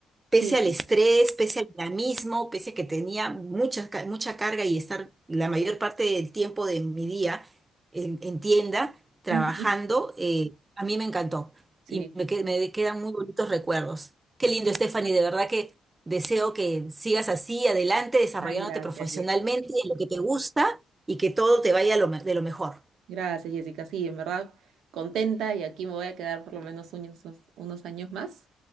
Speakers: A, on the right (about 20°); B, on the right (about 80°).
A: Pese
B: Sí.
A: al estrés, pese al dinamismo, pese a que tenía mucha, ca- mucha carga y estar la mayor parte del tiempo de mi día en, en tienda trabajando,
B: <laughs> Ujú.
A: eh, a mí me encantó
B: Sí.
A: y me, que- me quedan muy bonitos recuerdos. Qué lindo, Stephanie, de verdad que deseo que sigas así, adelante, desarrollándote
B: Ay, gracias.
A: profesionalmente
B: Diego.
A: en lo que te gusta y que todo te vaya lo me- de lo mejor.
B: Gracias, Jessica. Sí, en verdad, contenta y aquí me voy a quedar por lo menos unos, unos años más